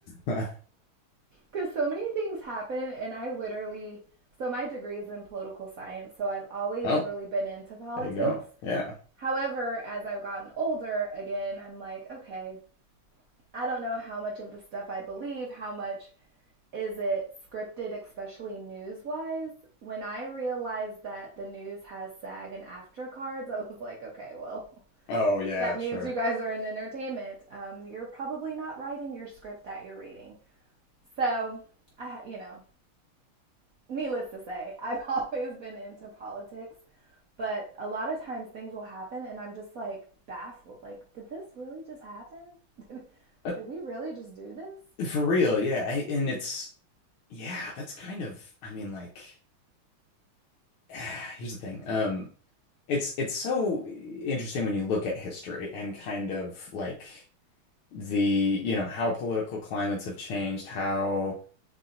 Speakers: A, on the left; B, on the right.
A: <laughs>
B: Because so many things happen, and I literally, so my degree is in political science, so I've always
A: Oh,
B: really been into politics.
A: there you go. Yeah.
B: However, as I've gotten older, again, I'm like, okay, I don't know how much of the stuff I believe, how much is it scripted, especially news wise. When I realized that the news has SAG and AFTRA cards, <laughs> I was like, okay, well,
A: Oh, yeah,
B: that
A: sure.
B: means you guys are in entertainment. Um, you're probably not writing your script that you're reading. So, I, you know, needless to say, <laughs> I've always been into politics, but a lot of times things will happen and I'm just like baffled. Like, did this really just happen? <laughs> did
A: Uh,
B: we really just do this?
A: for real, yeah. I, and it's yeah, that's kind of I mean like <sighs> here's the thing. Um it's it's so interesting when you look at history and kind of like the, you know, how political climates have changed, how